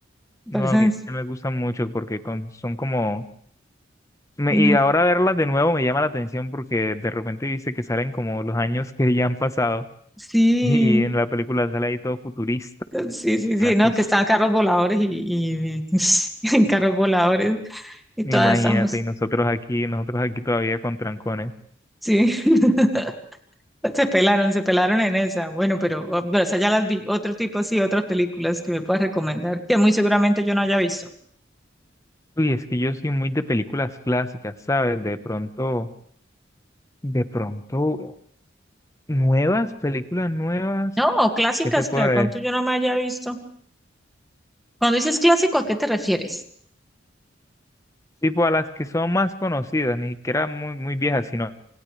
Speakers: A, on the left (about 15°); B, in the centre.
A: No,
B: Parecen,
A: a mí me gustan mucho porque con- son como... me-
B: ay, no,
A: y ahora verlas de nuevo me llama la atención porque de repente viste que salen como los años que ya han pasado
B: sí,
A: <laughs> y, en la película sale ahí todo futurista
B: sí, sí,
A: y
B: sí,
A: la cosa.
B: no, que estaban carros voladores y, y- <laughs> en carros voladores y todas
A: Imagínate,
B: estamos,
A: y nosotros aquí, nosotros aquí todavía con trancones.
B: sí, <laughs> se pelaron, se pelaron en esa. Bueno, pero, o- pero esa ya las vi. Otro tipo, sí, otras películas que me puedas recomendar, que muy seguramente yo no haya visto.
A: Uy, es que yo soy muy de películas clásicas, ¿sabes? De pronto, de pronto, nuevas, películas nuevas,
B: No, o clásicas
A: ¿qué te puedes
B: que de pronto
A: decir?
B: yo no me haya visto. Cuando dices clásico, ¿a qué te refieres?
A: Tipo a las que son más conocidas, ni siquiera muy, muy viejas, sino...